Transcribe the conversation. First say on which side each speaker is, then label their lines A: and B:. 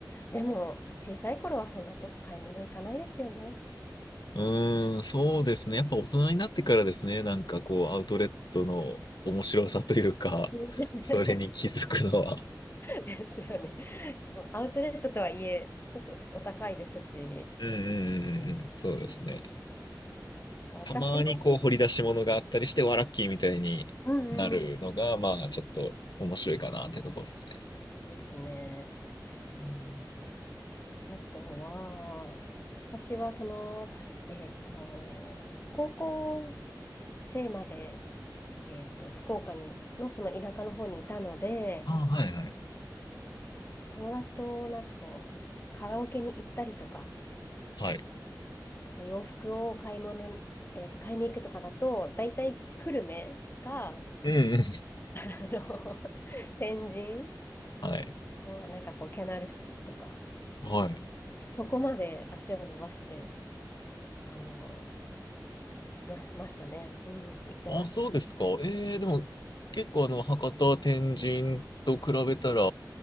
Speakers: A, on the left; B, on the left.
A: でも、小さい頃はそんなとこ買い物行かないですよね。
B: うーん、そうですね。やっぱ大人になってからですね、なんかこう、アウトレットの面白さというか、
A: うん
B: それに気づくのは。
A: <laughs> <laughs> ですよね。もうアウトレットとはいえ、ちょっとお高いですし、
B: うんうんうんうんうん、そうですね。
A: うん私の、
B: たまにこう、掘り出し物があったりして、わラッキーみたいになるのが、
A: うんう
B: まあ、ちょっと面白いかなってとこですね。
A: ん、ですね。うんあとは、私はその、えっと、高校生まで、えっと、福岡に、のその田舎の方にいたので、
B: ああ、はいはい。
A: えー友達となんかこう、カラオケに行ったりとか、
B: はい。
A: 洋服を買い物に、えっと、買いに行くとかだと、だいたい久留米が
B: うんうん。
A: あの、天神
B: はい。
A: をなんかこう、キャナルシティとか、
B: はい。
A: そこまで足を伸ばして、あの、ま、ましたね。うん、行ってました。
B: あ、そうですか。えー、でも、結構あの、博多、天神と比べたら、